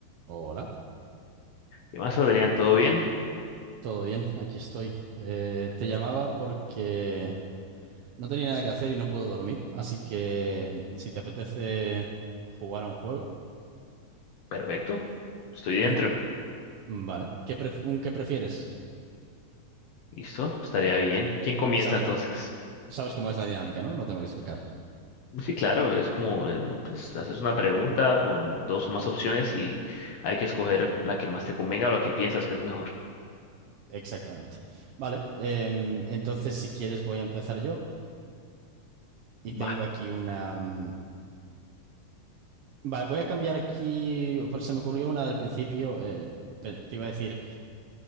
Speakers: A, on the right; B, on the left.
A: Hola,
B: ¿Qué más, Adrián? ¿Todo bien?
A: todo bien, aquí estoy. Eh, te llamaba porque no tenía nada que hacer y no puedo dormir, así que mm, si te apetece jugar a un juego,
B: Perfecto. Estoy
A: un...
B: dentro.
A: mm, Vale, ¿qué pref- un qué prefieres?
B: ¿Listo? Estaría bien. ¿Quién comienza
A: Sabes,
B: entonces?
A: sabes cómo es la dinámica, ¿no? No tengo que explicar.
B: Sí, claro, es como, eh, pues, haces una pregunta con dos o más opciones y hay que escoger la que más te convenga o la que piensas que es mejor.
A: Exactamente. Vale, em, entonces si quieres voy a empezar yo y
B: Va.
A: tengo aquí una... mm, Vale, voy a cambiar aquí, pues se me ocurrió una del principio, eh, pe- te iba a decir...